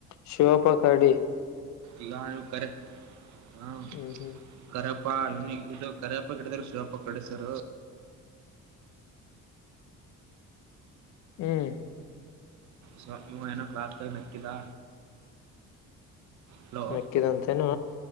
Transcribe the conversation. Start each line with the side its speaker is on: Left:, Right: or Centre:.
Left: ಶಿವಪ್ಪ ಕರಡಿ
Right: ಇಗ ಇವ ಕರೆಕ್ಟ್ ಹಾ
Left: ಹ್ಮ್ ಹ್ಮ್ <inaudible>
Right: ಕರಪ್ಪ ಇನ್ನು ಇದು ಕರಪ್ಪ ಕಿಡಿದ್ರ ಶಿವಪ್ಪ ಕರಡಿ ಸರ್
Left: ಹ್ಮ್
Right: ಸರ್ ಇವ ಏನೋ ಕ್ಲಾಸ್ನಗ ನಕ್ಕಿಲಾ ಹಲೋ
Left: ಮೆಕ್ಕಿದಂತೇನು